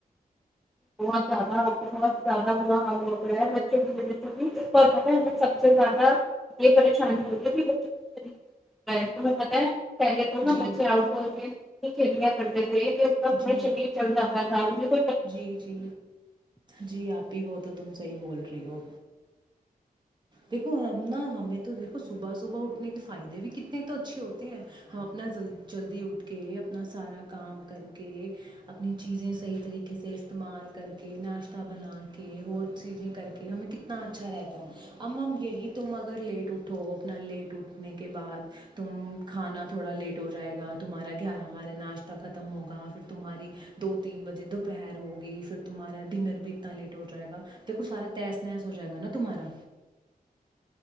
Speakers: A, in the centre; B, on the right (about 30°).
A: بہت زیادہ بہت زیادہ برا حال ہو پا ہے بچوں کی وجہ سے بھی ہے ہمیں سب سے زیادہ یہ پریشانی ہوتی ہے کہ بچوں کا رہا ہے ہمیں پت ہے پہلے تو
B: جی
A: نا بچے آؤٹ ہو گئے تھے کھیلیا کرتے کا تھوڑا
B: جی
A: شریر چل جا تھاے کو
B: جی جی جی آپ ب وہ تو تم صحیح بول رہی ہو دیکھو ہم نا ہمیں تو دیکھو صبح صبح اٹھنے کے فائدے بھی کتنے تو اچھے ہوتے ہیں ہم اپنال جلدی اٹھ کے اپنا سارا کام کر کے اپنی چیزیں صحیح طریقے سے استعمال کر کے ناشتہ بنا کے اور چیزیں کر کے ہمیں کتنا اچھا رہتا ہے اب مم یہی تم اگر لیٹ اٹھو اپنا لیٹ اٹھنے کے بعد تم کھانا تھوڑا لیٹ ہو جائے گا تمہارا گیارہ بارہ ناشتہ ختم ہوگا پھر تمہاری دو تین بجے دوپہر ہوگی پھر تمہارا ڈنر بھی اتنا لیٹ ہو جائے گا دیکھو سارا تیس نیس ہو جائے گا نا تمہارا